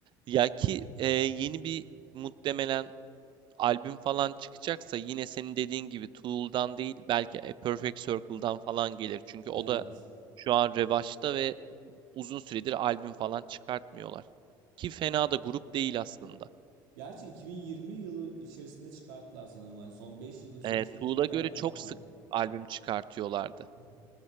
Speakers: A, on the right; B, on the right.
A: Ya ki e, yeni bir muhtemelen albüm falan çıkacaksa yine senin dediğin gibi Tool'dan değil belki A Perfect Circle'dan falan gelir. Çünkü o
B: Evet.
A: da şu an revaçta ve Uzun süredir albüm falan çıkartmıyorlar. Ki fena da grup değil aslında.
B: Gerçi 2020 yılı içerisinde çıkarttılar sanırım. Hani son 5 yıllık süreçte
A: Ee, Tool'a
B: bir, bir
A: göre
B: albüm yaptılar.
A: çok sık albüm çıkartıyorlardı.
B: <laughs> Hı hı.